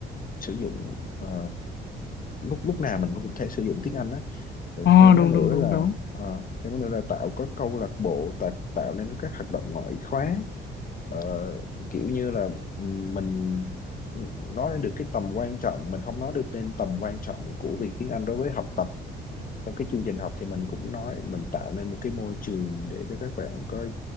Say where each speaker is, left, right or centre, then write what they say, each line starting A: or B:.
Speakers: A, on the left (about 45°); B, on the left (about 60°).
A: sử dụng ờ, lúc lúc nào mình cũng có thể sử dụng tiếng Anh á rồi
B: Ồ
A: thêm nó
B: đúng
A: nữa
B: đúng đúng
A: là
B: đúng.
A: ờ, thêm nó nữa là tạo có câu lạc bộ tạo, tạo nên các hoạt động ngoại khóa Ờ, kiểu như là ừm, mình nói lên được cái tầm quan trọng mình không nói được nên tầm quan trọng của việc tiếng Anh đối với học tập trong cái chương trình học thì mình cũng nói mình tạo nên một cái môi trường để cho các bạn có